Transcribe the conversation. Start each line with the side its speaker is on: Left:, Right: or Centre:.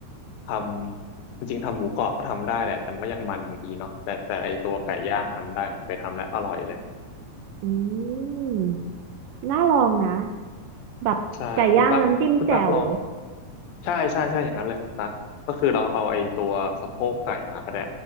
Left: ทำจริงๆทำหมูกรอบก็ทำได้แหละ แต่มันก็ยังมันอยู่ดีเนาะแต่แต่ไอตัวไก่ย่างทำได้ ผมเคยทำแล้วอร่อยเลย
Right: อืมน่าลองนะแบบไก่ย่างน้ำจิ้มแจ่ว
Left: ใช่คุณตั๊กคุณตั๊กลองใช่ใช่ใช่อย่างนั้นเลยคุณตั๊กก็คือเราเอาไอ้ตัวสะโพกไก่มาก็ได้